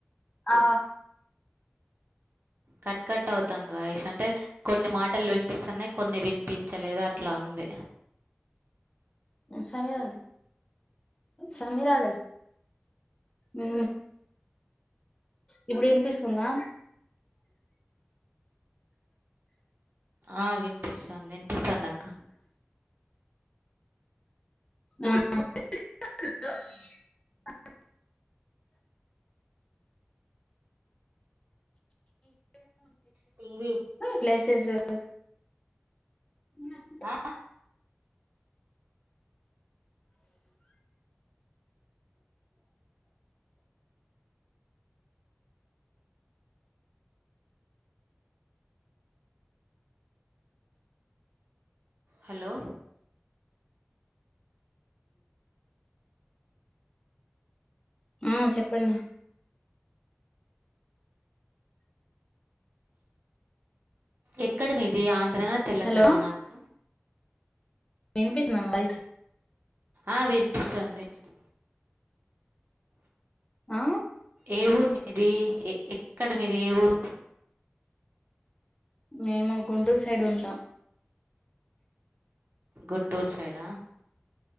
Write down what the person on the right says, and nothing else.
కట్ కట్ అవుతుంది వాయస్ అంటే కొన్ని మాటలు వినిపిస్తున్నాయి కొన్ని విని ప్పించలేదు అట్లా ఉంది
ఆ వినిపిస్తుంది వినిపిస్తుంది అక్క
తింది
ఆ?
హలో
ఎక్కడ మీది ఆంధ్రానా తెలంగాణ
న అక్క
ఆ వినిపిసోన్ది ఇపిస్తు
ఏ ఊరు మీది ఎ ఎక్కడ మీది ఏ ఊరు
గుంటూర్ సైడా